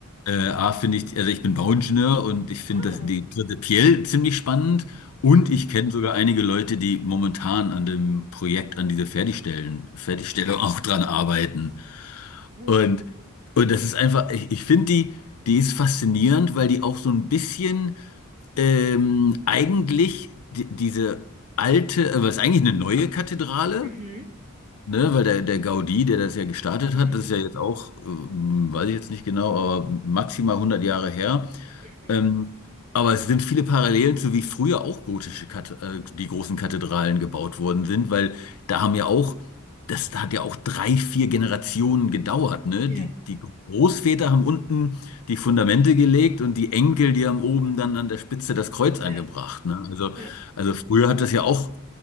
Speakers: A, on the left; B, on the right.
A: äh, A finde ich, also ich bin Bauingenieur und ich finde
B: Ah,
A: das die prinzipiell ziemlich spannend und
B: mhm.
A: ich kenne sogar einige Leute, die momentan an dem Projekt, an dieser Fertigstellen, Fertigstellung <laughs> auch dran arbeiten.
B: Cool.
A: Und, und das ist einfach, ich, ich finde die, die ist faszinierend, weil die auch so ein bisschen ähm, eigentlich di- diese alte, äh, was ist eigentlich eine neue Kathedrale,
B: Mhm.
A: ne? Weil der, der Gaudí, der das ja gestartet
B: Mhm.
A: hat, das ist ja jetzt auch, ähm, weiß ich jetzt nicht genau, aber maximal 100 Jahre her.
B: Mhm.
A: Ähm, aber es sind viele Parallelen zu wie früher auch gotische Kat äh, die großen Kathedralen gebaut worden sind, weil da haben ja auch, das hat ja auch drei, vier Generationen gedauert, ne?
B: Ja,
A: Die, die Großväter haben unten die Fundamente gelegt und die Enkel, die haben oben dann an der Spitze das Kreuz
B: ja,
A: angebracht, ne? Also,
B: ja.
A: also früher hat das ja auch